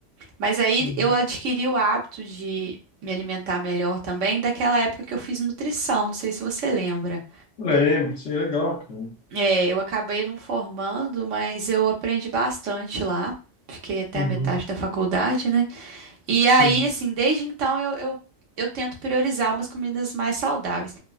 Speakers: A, on the right; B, on the left.
A: Mas aí
B: uhum,
A: eu adquiri o hábito de me alimentar melhor também daquela época que eu fiz nutrição, não sei se você lembra.
B: Lembro, isso é legal, cara.
A: É, eu acabei não formando, mas eu aprendi bastante lá. Fiquei até
B: uhum,
A: a metade da faculdade, né? E aí,
B: Sim.
A: assim, desde então eu, eu, eu tento priorizar umas comidas mais saudáveis.